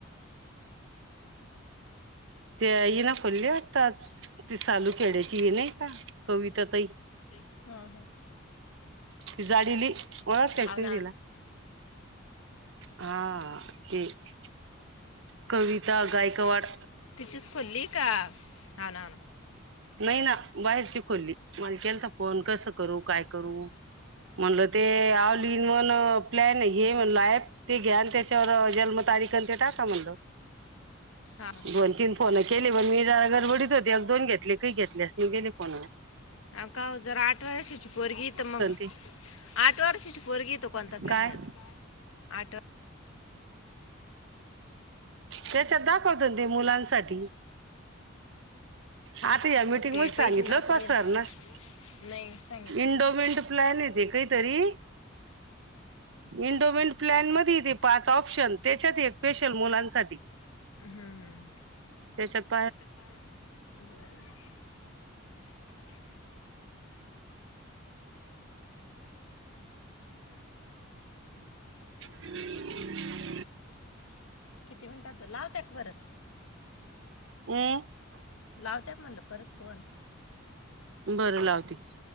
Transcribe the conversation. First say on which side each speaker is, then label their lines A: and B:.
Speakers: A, on the right; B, on the left.
A: ते इरा पडले आताच ती सालू खेड्याची ही नाई का कविता ताई,
B: आहेत
A: ती जाडिली ओळकता
B: हा
A: क तुमी
B: ना
A: तिला? हा <unintelligible> कविता गायकवाड
B: तिचीच खोलली का? हौ ना हौ ना
A: नई ना बाहेरची खोली मल केलता फोन कसं करू, काय करू म्हणलं ते ऑल इन वन प्लॅन घे म्हणलं हायत ते घ्या आणि त्याच्यावर जन्मतारीख अन ते टाका म्हणलं,
B: हा
A: दोन तीन फोनं केले पण मी जरा गडबडीत होते अज दोन घेतले काही घेतले असतील गेले पण
B: अ का ओ जर आठ वरशाची पोरगी तर मग
A: ते
B: आठ वरशाची पोरगी तर कोणता प्लॅन
A: काय
B: हाय अजून? आठ
A: त्याच्यात दाखवते ना ते मुलांसाठी आता या मीटिंग
B: प ते
A: मध्ये सांगितलं
B: पैसे लागू
A: होत
B: राहिले
A: सरनं
B: ना, नाही सांगितलं
A: इंडोमेंट
B: नाही.
A: प्लॅन आहे ते काहीतरी इंडोमेंट प्लॅन मध्ये येते पाच ऑप्शन त्याच्यात एक स्पेशल मुलांसाठी
B: हम्म हम्म
A: तेच्यात
B: <inaudible>
A: <inaudible>
B: किती मिनिटाच? लाव त्याक वरच
A: हम्म
B: लावत्या क म्हणलं परत फोन?
A: बरं लावते